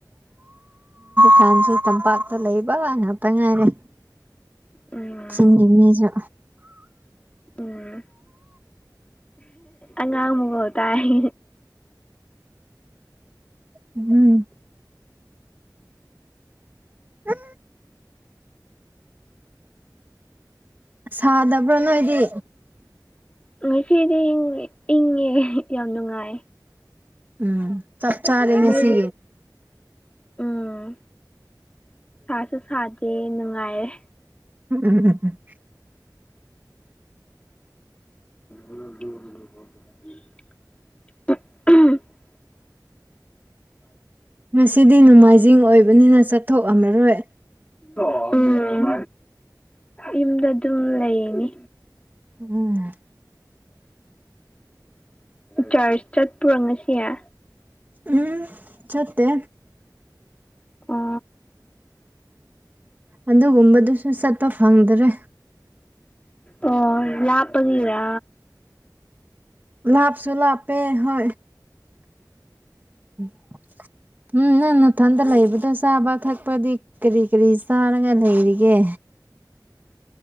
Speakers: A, on the right (about 25°); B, on the left (about 15°).
A: ꯀꯥꯟꯁꯤꯩ ꯇꯝꯄꯥꯛꯇ ꯂꯩꯕ ꯉꯥꯛꯇ ꯉꯥꯏꯔꯦ
B: ꯎꯝ
A: ꯁꯤꯡꯒꯤ ꯏꯃꯦꯖ
B: ꯎꯝ ꯑꯉꯥꯡꯕꯨꯀ ꯇꯥꯏ
A: ꯎꯝ ꯎꯝ ꯁꯥꯗꯕ꯭ꯔꯣ ꯅꯣꯏꯗꯤ
B: ꯉꯣꯏ ꯐꯦꯗꯤ ꯏꯪꯉꯦ ꯌꯥꯝ ꯅꯨꯡꯉꯥꯏ
A: ꯎꯝ ꯆꯞ ꯆꯥꯔꯉ
B: ꯅꯣꯏꯗꯤ
A: ꯁꯤ
B: ꯎꯝ ꯁꯥꯁꯨ ꯁꯥꯗꯦ ꯅꯨꯡꯉꯥꯏꯔꯦ
A: ꯎꯝ
B: ꯨꯂꯗ <unintelligible> <unintelligible>
A: ꯉꯁꯤꯗꯤ ꯅꯣꯡꯃꯥꯏꯖꯤꯡ ꯑꯣꯏꯕꯅꯤꯅ ꯆꯠꯊꯣꯛꯑꯝꯃꯔꯣꯏ
B: ꯎꯝ ꯌꯨꯝꯗ ꯑꯗꯨꯝ ꯂꯩꯅꯤ
A: ꯎꯝ
B: ꯆꯔꯆ ꯄꯨꯔꯪꯅꯁꯤꯦ
A: ꯎꯝ ꯆꯠꯇꯦ
B: ꯑ
A: ꯑꯗꯨꯒꯨꯝꯕꯗꯨꯁꯨ ꯆꯠꯄ ꯐꯪꯗ꯭ꯔꯦ
B: ꯑꯣ ꯂꯥꯄꯒꯤꯔ
A: ꯂꯥꯚ ꯆꯂꯄꯦ ꯍ ꯎꯝ ꯎꯝ ꯅꯪ ꯃꯊꯟꯗ ꯂꯩꯕꯗꯣ ꯆꯥꯕ ꯊꯛꯄꯗꯤ ꯀꯔꯤ ꯀꯔꯤ ꯆꯥꯔꯒ ꯂꯩꯔꯤꯒꯦ